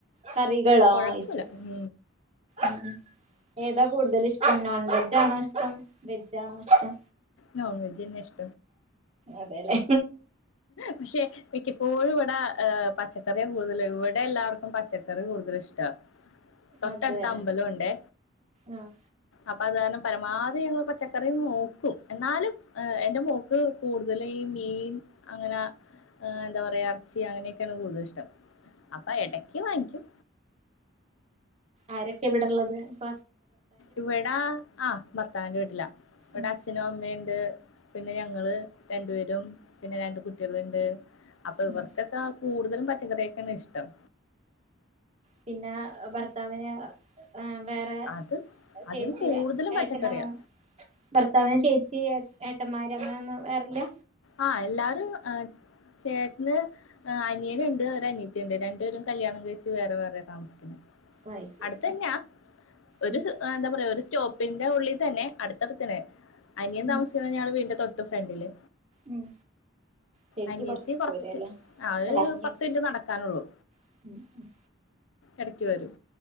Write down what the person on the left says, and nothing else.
കൊഴപ്പുല്ല
ഉം
നോൺ വെജ്ജെന്നെ ഇഷ്
പക്ഷെ <unintelligible> ഇപ്പോഴും ഇവിടാ ആഹ് പച്ചക്കറിയാ കൂടുതല് ഇവിടെ എല്ലാർക്കും പച്ചക്കറി കൂടുതലിഷ്ടം. തൊട്ടടുത്ത്
അമ്പലം ഉണ്ടെ
അ അത് കാരണം പരമാവധി ഞങ്ങള് പച്ചക്കറി നോക്കും എന്നാലും ഏഹ് എന്റെ മോക്ക് കൂടുതലും ഈ മീൻ അങ്ങന ഏഹ് എന്താ പറയാ ഇറച്ചി അങ്ങനെയൊക്കെയാണ് കൂടുതലിഷ്ടം. അപ്പ ഇടക്ക് വാങ്ങിക്കും.
ഇവിടാ ആ ഭർത്താവിന്റെ വീട്ടിലാ ഇവിടെ
അച്ഛനും അമ്മേം എണ്ട്. പിന്നെ ഞങ്ങള് രണ്ടു പേരും പിന്നെ രണ്ട് കുട്ടികളെണ്ട്. അപ്പ ഇവർക്കെക്ക
കൂടുതലും പച്ചക്കറിയൊക്കെയാണ് ഇഷ്ടം.
അത് അതിന്
കൂടുതലും പച്ചക്കറിയാ
ആ എല്ലാരും ചേട്ടന് അനിയനുണ്ട് ഒരു അനിയത്തിയുണ്ട് രണ്ടുപേരും കല്യാണം കഴിച്ച് വേറെ വേറെ താമസികുന്നെ
അടുത്തന്നാ ഒരു
എന്താ പറയാ ഒരു സ്റ്റോപ്പിന്റെ ഉള്ളിൽ തന്നെ അടുത്തടുത്തിന് അനിയും
താമിക്കുന്ന ഞഗ് വീടിന്റെ തൊ ഫ്രണ്ടില്
അനിയത്തി
കുറച്ച്
ആ ഒരു
പത്ത് മിനിറ്റ് നടക്കാനുള്ളൂ
ഇടക്ക് വരും